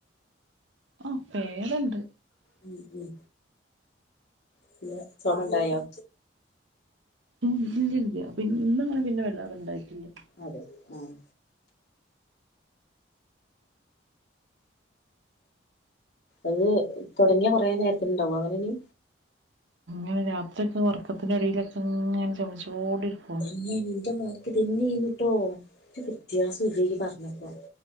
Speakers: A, on the right; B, on the left.
A: ആഹ് ഭേതണ്ട്.
B: ഉം ഉം പിന്ന ചൊമ ഉണ്ടായോ?
A: ഇല്ല ഇല്ല പി ഇന്ന അങ്ങനെ പിന്നെ വെല്ലാതെ ഉണ്ടായിട്ടില്ല.
B: അതെ ആഹ് അത് തൊടങ്ങിയ കൊറേ നേരത്തിണ്ടാവോ അങ്ങനെന്.
A: അങ്ങനെ രാത്രിക്ക ഒറക്കത്തിൻ്റെ എടെലൊക്കെ ഇങ്ങനെ ചെമച്ചോണ്ടിരിക്കും.
B: പിന്ന എന്റെ മോക്ക് ഇതന്നെയായിന്നിട്ടോ ഒരു വ്യത്യാസം ഇല്ലയി പറഞ്ഞപ്പോ